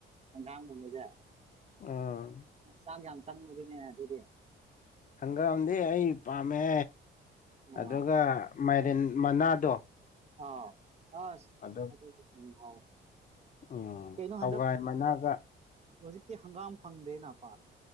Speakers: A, on the right; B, on the left.
A: ꯍꯡꯒꯥꯝꯒꯨꯝꯕꯖ‌ꯦ
B: ꯎꯝ
A: ꯆꯥꯡ ꯌꯥꯝ ꯆꯪꯕꯗꯨꯅꯦꯅ ꯑꯗꯨꯗꯤ
B: ꯍꯪꯒꯥꯝꯗꯤ ꯑꯩ ꯄꯥꯝꯃꯦ
A: ꯑꯥ
B: ꯑꯗꯨꯒ ꯃꯥꯏꯔꯦꯟ ꯃꯅꯥꯗꯣ
A: ꯑꯥ ꯑꯁ
B: ꯑꯗꯨꯒ
A: ꯑꯗꯨꯗꯤ ꯑꯗꯨꯝ ꯍꯥꯎ
B: ꯎꯝ
A: ꯀꯩꯅꯣ
B: ꯍꯋꯥꯏꯏ
A: ꯍꯟꯗꯛ
B: ꯃꯅꯥꯒ
A: ꯍꯧꯖꯤꯛꯇꯤ ꯍꯪꯒꯥꯝ ꯐꯪꯗꯦꯅ ꯄꯥꯛ